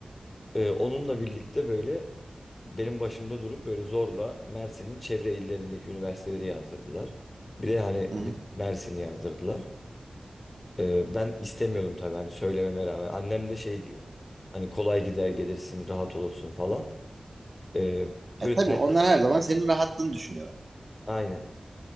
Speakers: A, on the left; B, on the right.
A: Ee, onunla birlikte böyle benim başımda durup böyle zorla Mersin'in çevre illerindeki üniversiteleri yazdırdılar. Bir de hani
B: Hı hı.
A: Mersin'i yazdırdılar. Ee, ben istemiyordum tabii hani söylememe rağmen. Annem de şey diyor. Hani kolay gider gelirsin, rahat olursun falan. Ee, böyle
B: E, tabii
A: ter,
B: onlar her zaman senin rahatlığını düşünüyorlar.
A: aynen.